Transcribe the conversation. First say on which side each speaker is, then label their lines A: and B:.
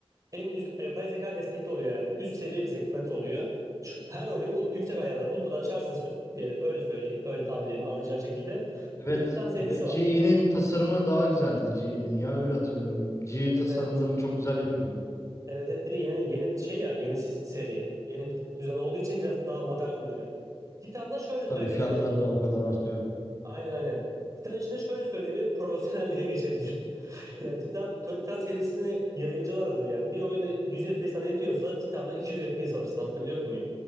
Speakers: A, on the right; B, on the left.
A: En üst, yapay zeka destekli oluyor yani. Üst seviye bir segment oluyor. Şu- her oyunu u- yüksek ayarlar, ultra açarsınız sü- diye öyle söyleyeyim. Öyle tabir edin anlayacağı şekilde.
B: Evet
A: Bir de Titan serisi
B: ve GE'nin
A: var.
B: tasarımı daha güzeldi GE'nin ya öyle hatırlıyorum GE
A: Evet
B: tasarımlarını
A: evet.
B: çok güzel yapıyordu
A: Evet evet bir de yeni, yeni şey ya yeni siz- seri. Yeni bir düzen olduğu için biraz daha modern duruyor. Titan'da şöyle
B: tabii
A: söyleyebilirim.
B: fiyatları da o kadar artıyor
A: Aynen aynen. Titan için de şöyle söyleyeyim, Profesyonelliğe geçebilir. <laughs> Yani Titan, Titan serisini yayıncılar alır yani. Bir oyunda 100 FPS sana yetiyorsa Titan'da 200 FPS alırsın. Anlatabiliyor muyum?